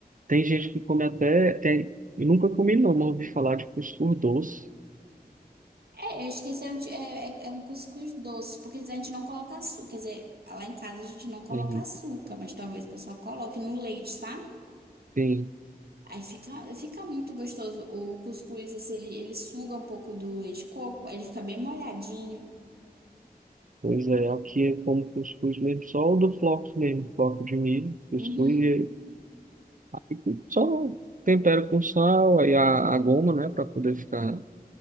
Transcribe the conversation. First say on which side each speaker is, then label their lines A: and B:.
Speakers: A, on the right; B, on the right.
A: Tem gente que come até, tem, eu nunca comi não, mas ouvi falar de cuscuz doce.
B: É, eu esqueci, é, um ti- é é- é um cuscuz doce, porque a gente não coloca açúcar. Quer dizer, lá em casa a gente não coloca
A: Uhum.
B: açúcar, mas talvez o pessoal coloque no leite, sabe?
A: Tem.
B: Aí fica, fica muito gostoso. O cuscuz, assim, ele, ele suga um pouco do leite de coco, aí ele fica bem molhadinho.
A: Pois é, aqui eu como cuscuz mesmo, só o do floco mesmo, floco de milho, cuscuz,
B: Uhum.
A: e e só tempero com sal, aí a, a goma, né, para poder ficar,